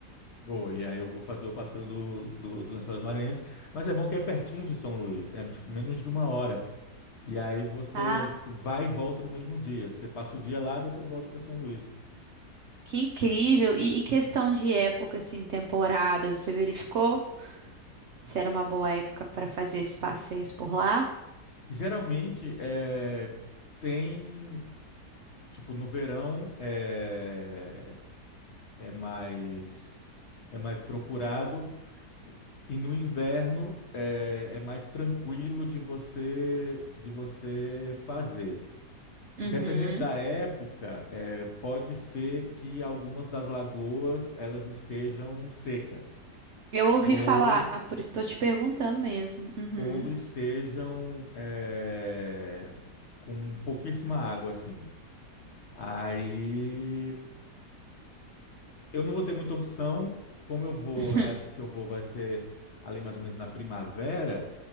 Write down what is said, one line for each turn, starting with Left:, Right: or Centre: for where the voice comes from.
Left: Vou, e aí eu vou fazer o passeio do- dos Lençóis Maranhenses, mas é bom que é pertinho de São Luís, é tipo, menos de uma hora. E aí você
Right: Ah,
Left: vai e volta no mesmo dia. Você passa o dia lá, depois volta para São Luís.
Right: Que incrível! E, e questão de época, assim, temporada, você verificou se era uma boa época para fazer esses passeios por lá?
Left: Geralmente é, tem, tipo, no verão é, é mais é mais procurado e no inverno é, é mais tranquilo de você de você fazer.
Right: Uhum.
Left: Dependendo da época, eh, pode ser que algumas das lagoas elas estejam secas
Right: Eu ouvi
Left: ou,
Right: falar, por isso estou te perguntando mesmo. Uhum.
Left: ou estejam eh, com pouquíssima água, assim. Aí eu não vou ter muita opção, como eu vou,
Right: <laughs>
Left: a época que eu vou vai ser ali mais ou menos na primavera.